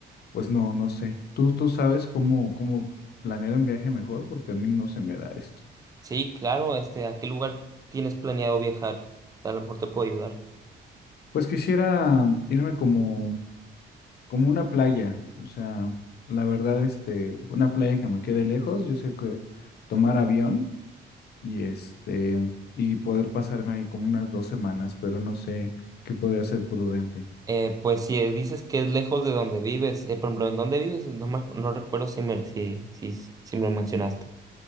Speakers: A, on the left; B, on the right.
A: pues no, no sé. Tú, tú sabes cómo, cómo planear un viaje mejor, porque a mí no se me da esto.
B: Sí, claro, este, ¿a qué lugar tienes planeado viajar? A lo mejor te puedo ayudar.
A: Pues quisiera irme como como una playa, o sea, la verdad, este, una playa que me quede lejos, yo sé que tomar avión y este, y poder pasarme ahí como unas dos semanas, pero no sé qué podría ser prudente.
B: Eh, pues si eh, dices que es lejos de donde vives, eh, por ejemplo, ¿en dónde vives? No me, ac- no recuerdo si me, si, si, s- si me lo mencionaste.